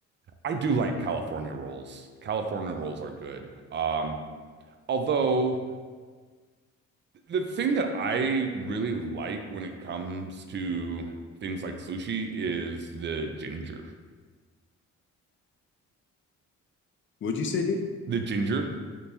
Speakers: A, on the right (about 40°); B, on the left (about 40°).
A: I do like California rolls. California rolls are good. Um, although The thing that I really like when it comes to things like sushi is the ginger.
B: What'd you say, dude?
A: The ginger.